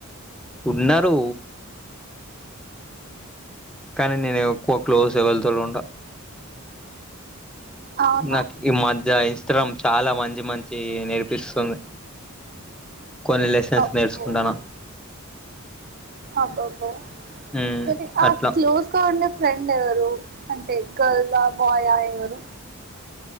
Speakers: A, in the centre; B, on the right (about 45°).
A: ఉన్నారు కానీ నేను ఎక్కువ క్లోజ్ ఎవల్తోను ఉండ
B: అవునా
A: నాకి మజ్జ చిత్రం చాలా మంచి మంచి నేర్పిస్తుంది కొలి లెసెన్స్
B: అబ్బో
A: నేర్చుకుంటాన
B: అబ్బబ్బో
A: ఉమ్
B: సరే ఆ
A: అట్లా
B: క్లోస్ కా ఫ్రెండ్ ఎవరు అంటే గర్ల్ ఆ బాయ్ ఆ ఎవరు